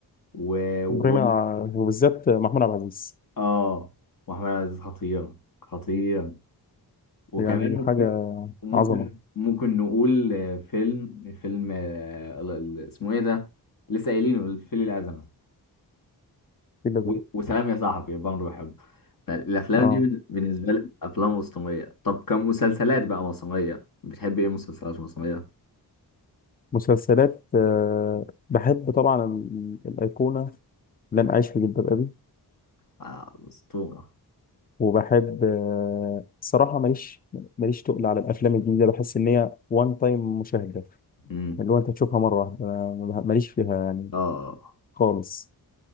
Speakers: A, on the left (about 55°); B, on the left (about 20°).
A: و و
B: بريمة وبالذات محمود عبد العزيز
A: آه وأحمد عزيز خطير خطير وكمان
B: يعني
A: ممكن
B: حاجة
A: ممكن
B: عظمة
A: ممكن نقول آه، فيلم فيلم آه، ال- ال- اسمه إيه ده؟ لسه قايلينه الفيل الأزرق
B: في ده
A: و- وسلام يا صاحبي برضه بحبه فالافلام
B: اه
A: دي بال- بالنسبه لي افلام وسطنيه طب كمسلسلات بقى مصريه بتحب ايه مسلسلات مصريه
B: مسلسلات آه بحب طبعا ال- الأيقونة لن أعيش في جلباب أبي
A: آه اسطوره
B: وبحب آه، صراحة ماليش ماليش تقل على الأفلام الجديدة بحس إن هي وان تايم مشاهدة
A: امم
B: اللي هو أنت تشوفها مرة واحدة أنا ماليش فيها يعني
A: اه
B: خالص